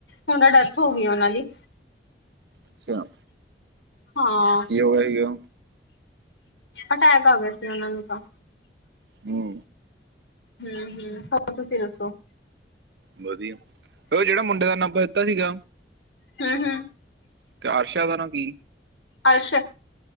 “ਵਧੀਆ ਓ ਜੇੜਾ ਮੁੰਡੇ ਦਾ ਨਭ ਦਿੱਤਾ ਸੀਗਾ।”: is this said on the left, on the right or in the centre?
Right